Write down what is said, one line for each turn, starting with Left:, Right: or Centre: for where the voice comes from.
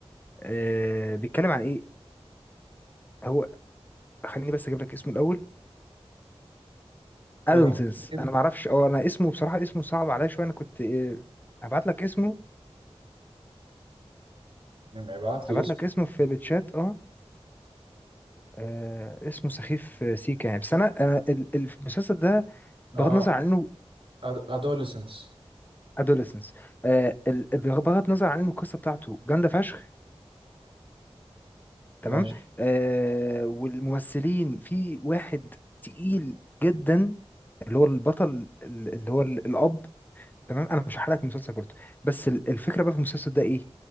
Left: آه بيتكلم عن ايه هو خليني بس اجيب لك اسمه الاول ادونسنس
Right: هو كده
Left: انا ما اعرفش اه انا اسمه بصراحه اسمه صعب عليا شويه انا كنت آه هبعت لك اسمه
Right: لما يبعت لي
Left: هبعت
Right: اسم
Left: لك اسمه في الشات اه آه، اسمه سخيف آه، سيكا يعني بس انا آه، ال- ال- المسلسل ده
Right: اه
Left: بغض النظر عن انه
Right: أدوليسنس
Left: ادوليسنس آه ال- بغض النظر عن انه القصه بتاعته جامده فشخ تمام
Right: ماشي
Left: آه والممثلين في واحد تقيل جدا اللي هو البطل ال- اللي هو ال- الاب تمام انا مش هحرقك المسلسل برضه بس ال- الفكره بقى في المسلسل ده ايه